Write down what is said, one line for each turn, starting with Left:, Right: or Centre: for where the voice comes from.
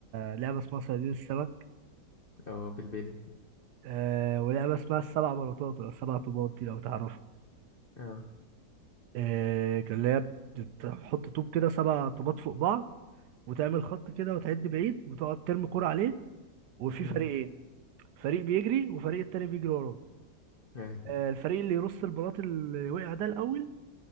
Right: لعبه اسمها صيادين السمك
Left: <laughs> اه بالبيلي
Right: آه ولعبه اسمها السبع بلاطات ولا السبع طوبات دي لو تعرفوا
Left: اه
Right: آه كان اللي هي بتحط طوب كده سبع طوبات فوق بعض وتعمل خط كده وتعد بعيد وتقعد ترمي كرة عليه وفي
Left: مم.
Right: فريقين فريق بيجري وفريق التاني بيجري وراه
Left: ايوه
Right: آه، الفريق اللي يرص البلاط اللي وقع ده الأول